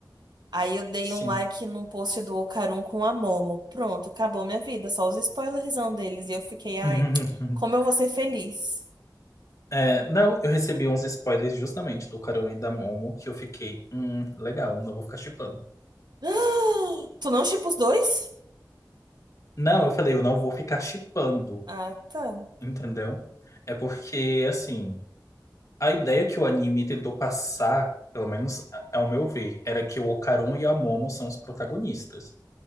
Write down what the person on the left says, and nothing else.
Sim.
<laughs>
É, não, eu recebi uns spoilers justamente do Karou e da Momo que eu fiquei, hum, legal, não vou ficar shippando.
Não, eu falei, eu não vou ficar shippando,
entendeu? É porque, assim, A ideia que o anime tentou passar, pelo menos ao meu ver, era que o Okarun e a Momo são os protagonistas.